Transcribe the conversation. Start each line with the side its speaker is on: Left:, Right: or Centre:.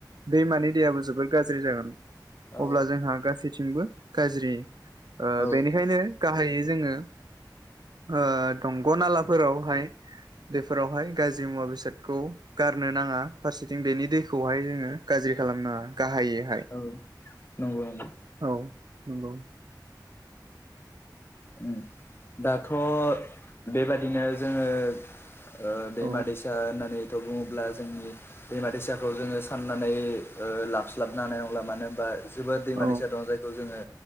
Right: दैमानि दैयाबो जोबोर गाज्रि जागोन।
Left: औ
Right: अब्ला जोंहा गासैथिंबो गाज्रि ओ
Left: औ
Right: बेनिखायनो गाहायै जोङो ओ दंग' नालाफोरावहाय बेफोरावहाय गाज्रि मुवा बेसादखौ गारनो नाङा फारसेथिं बेनि दैखौहाय जोङो गाज्रि खालामनाङा। गाहायैहाय
Left: औ नंगौ नंगौ
Right: औ नंगौ।
Left: उम दाथ' बेबादिनो जोङो ओ दैमा
Right: औ
Left: दैसा होननानै थ' बुङोब्ला जोंनि दैमा दैसाखौ जोङो साननानै ओ लाबस्लाबनो हानाय नंला मानो होनबा जोबोद दैमा
Right: औ
Left: दैसा दं जायखौ जोङो